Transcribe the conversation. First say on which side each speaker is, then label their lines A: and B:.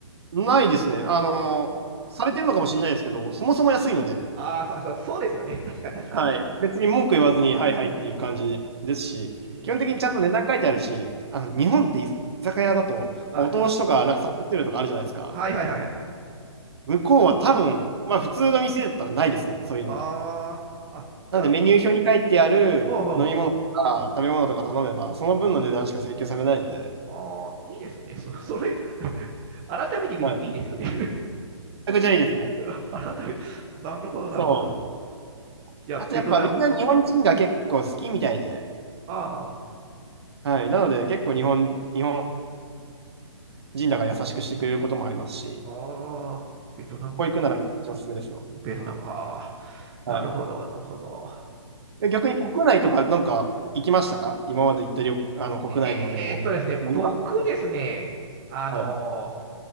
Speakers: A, on the right; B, on the right.
A: ないですね。あの、
B: おー
A: されてるのかもしれないですけど、そもそも安いので、
B: ああ、そうそうそうですよね。<laughs> 確かに確かに。
A: はい。別に文句言わずに、はいはいっていう感じですし、
B: うん。うんうん。
A: 基本的にちゃんと値段書いてあるし、あの、日本って居酒屋だと、
B: はい。
A: まあ、お通しとか、なんかサービス料とかあるじゃないですか。
B: はいはいはいはい。
A: 向こうは多分、まあ普通の店だったらないですね、そういうのが。
B: ああ、あ、じゃあ、
A: なのでメニュー表に書いてある飲み物とか食べ物とか頼めば、
B: おうほうほう
A: その分の値段しか請求されないので、
B: あーいいですね。そ、<laughs> それ、<laughs> 改めて見るといいですよね。
A: はい。めちゃくちゃいいですね。
B: <laughs> 改めて、なるほど、なるほど。
A: そう。
B: じゃあ、
A: あとやっぱみんな日本人が結構好きみたいで、
B: ベトナム。あ
A: はい。なので結構日本、日本人だから優しくしてくれることもありますし、
B: あ、ああ、ベトナム、
A: こ行行くならめちゃめちゃおすすめですよ。
B: ベトナム。ああ、
A: はい。
B: なるほど、なるほど。
A: で逆に国内とかなんか行きましたか今まで行った旅、あの国内の旅行で。
B: えーっとですね、
A: 何度か。
B: 僕ですね、あの
A: はい。